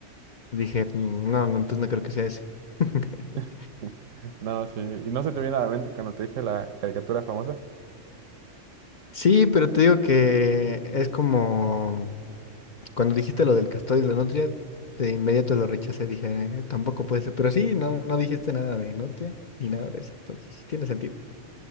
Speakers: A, on the left (about 45°); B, on the right (about 85°).
A: Dije, "Mm, no, no, entonces no creo que sea ese. <laughs>
B: <laughs> No, sí. ¿Y no se te viene a la mente cuando te dije la caricatura famosa?
A: Sí, pero te digo que es como cuando dijiste lo del castor y la nutria, de inmediato lo rechacé, dije, "Eh, tampoco
B: <laughs>
A: puede ser, pero sí, no, no dijiste nada de nutria ni nada de eso, entonces tiene sentido.